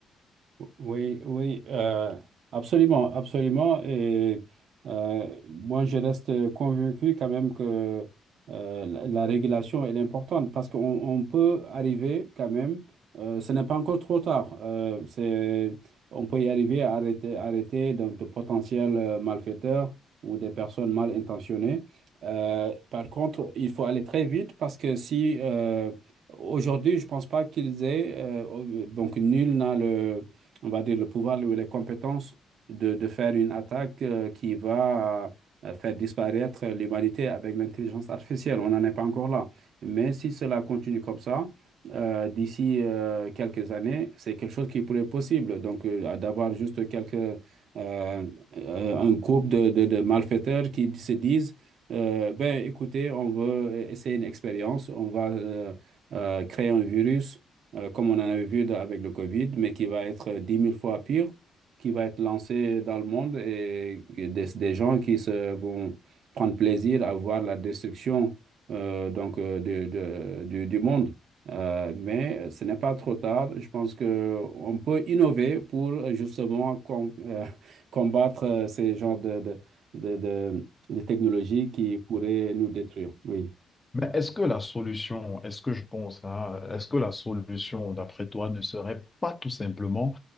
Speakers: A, on the right; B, on the left.
A: Oui, oui, euh, absolument, absolument. Et euh, moi, je reste convaincu quand même que euh, la, la régulation, elle est importante parce qu'on on peut arriver quand même, euh, ce n'est pas encore trop tard, euh, c'est, on peut y arriver à arrêter, arrêter donc de potentiels euh, malfaiteurs ou des personnes mal intentionnées. Euh, par contre, il faut aller très vite parce que si euh, aujourd'hui, je pense pas qu'ils aient, euh, donc nul n'a le on va dire, le pouvoir ou les compétences de, de faire une attaque euh, qui va euh, faire disparaître l'humanité avec l'intelligence artificielle. On n'en est pas encore là. Mais si cela continue comme ça, euh, d'ici euh, quelques années, c'est quelque chose qui pourrait être possible. Donc, euh, d'avoir juste quelques, euh, euh, un groupe de, de, de malfaiteurs qui se disent, euh, ben, écoutez, on veut essayer une expérience, on va euh, euh, créer un virus euh, comme on en avait vu de- avec le Covid, mais qui va être dix mille fois pire, qui va être lancé dans le monde et et des, des gens qui se, vont prendre plaisir à voir la destruction euh, donc, euh, de- de- du, du monde. Euh, mais ce n'est pas trop tard. Je pense qu'on peut innover pour euh, justement com- euh, <laughs> combattre euh, ces genres de, de, de, de- de technologies qui pourraient nous détruire. Oui.
B: Mais est-ce que la solution, est-ce que je pense, hein, est-ce que la solution, d'après toi, ne serait pas tout simplement